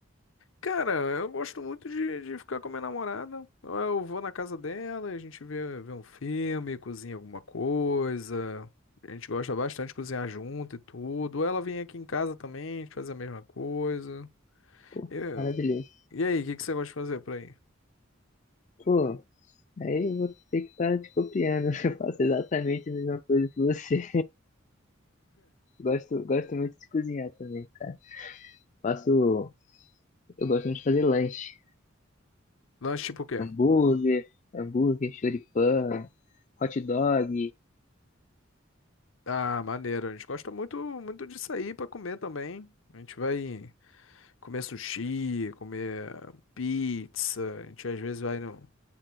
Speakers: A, on the left; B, on the left.
A: Cara, eu gosto muito de, de ficar com a minha namorada. Eu eu vou na casa dela, a gente vê, vê um filme, cozinha alguma coisa. A gente gosta bastante de cozinhar junto e tudo. Ela vem aqui em casa também, a gente faz a mesma coisa.
B: Pô,
A: Eu-
B: maravilhoso.
A: E aí, o que que você gosta de fazer por aí?
B: Pô, aí eu vou ter que estar te copiando, <laughs> eu faço exatamente a mesma coisa que você. Gosto, gosto muito de cozinhar também, cara. Faço, eu gosto muito de fazer lanche,
A: Lanche tipo o quê?
B: hambúrguer, hambúrguer, choripã, hot dog,
A: Ah, maneiro. A gente gosta muito, muito de sair pra comer também. A gente vai comer sushi, comer pizza. A gente às vezes vai no.